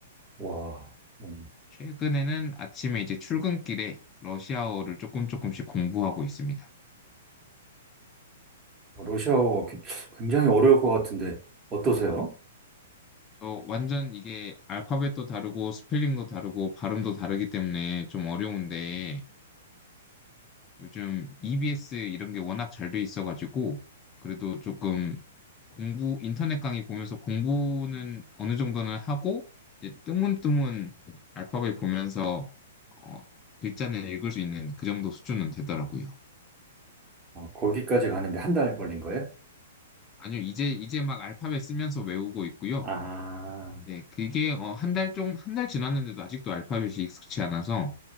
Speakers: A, on the right; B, on the left.
A: 와, 음.
B: 최근에는 아침에 이제 출근길에 러시아어를 조금 조금씩 공부하고 있습니다.
A: 러시아어 기- 굉장히 어려울 것 같은데 어떠세요?
B: 저 완전 이게 알파벳도 다르고 스펠링도 다르고 발음도 다르기 때문에 좀 어려운데, 요즘 EBS 이런 게 워낙 잘 돼 있어가지고 그래도 조금 공부 인터넷 강의 보면서 공부는 어느 정도는 하고 이제 뜨문뜨문 알파벳 보면서 어, 글자는 읽을 수 있는 그 정도 수준은 되더라고요.
A: 어, 거기까지 가는데 한 달 걸린 거예요?
B: 아니요, 이제 이제 막 알파벳 쓰면서 외우고 있고요.
A: 아,
B: 네, 그게 어, 한 달 좀, 한 달 지났는데도 아직도 알파벳이 익숙치 않아서